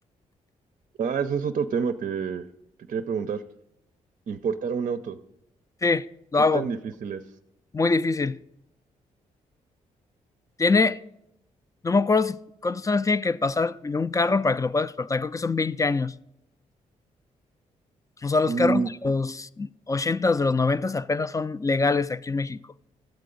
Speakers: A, on the right; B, on the left.
A: Ah, ese es otro tema que te quería preguntar. Importar un auto.
B: Sí, lo
A: ¿Qué
B: hago,
A: tan difícil es?
B: muy difícil. Tiene, no me acuerdo si- cuántos años tiene que pasar en un carro para que lo puedas exportar, creo que son 20 años. O sea, los
A: Mm,
B: carros de los ochentas de los noventas apenas son legales aquí en México.